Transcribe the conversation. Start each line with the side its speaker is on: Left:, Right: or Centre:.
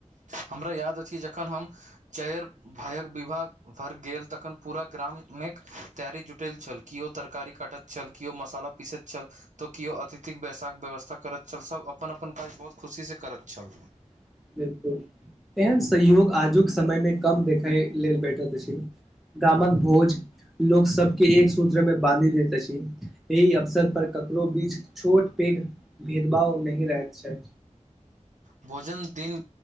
Right: हमरा याद अछि जखन हम चारि भायक विवाह भर गेल तखन पुरा ग्राम मे तैयारी जुटल छल किओ तरकारी काटत छल किओ मशाला पीसैत छल तऽ केओ अतिथिक बैसाक व्यवस्था करैत छल सब अपन अपन काज बहुत खुशी स करैत छल।
Centre: <inaudible> बिलकुल एहन संयोग आजुक समयमे कम देखय लेल भेटैत अछि गामक भोज लोक सबके एक सूत्र मे बांधी देैत अछि। एहि अवसर पर ककरो बीच छोट पेइघ भेदभाव नै रहैय के चाही।
Right: भोजन दिन